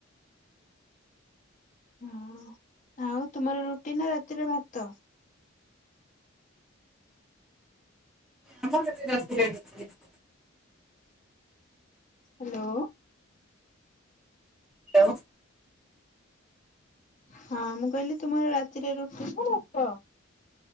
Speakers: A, on the left; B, in the centre.
A: ହ ଆଉ ତୁମର ରୁଟି ନା ରାତିରେ ଭାତ?
B: ଆ <unintelligible>
A: ହ୍ୟାଲୋ
B: ହ୍ୟାଲଉ
A: ହଁ ମୁଁ କହିଲି ତୁମର ରାତିରେ ରୁଟି ନା ଭାତ?